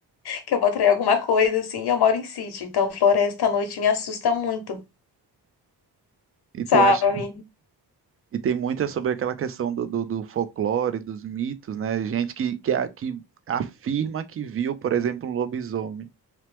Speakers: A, on the left (about 70°); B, on the right (about 35°).
A: que eu vou atrair alguma coisa, assim. e Eu moro em sítio, então floresta à noite me assusta muito,
B: E
A: sabe?
B: tem, acho- e tem muita sobre aquela questão do, do, do folclore, dos mitos, né? Gente que, que, a- que afirma que viu, por exemplo, um lobisomem,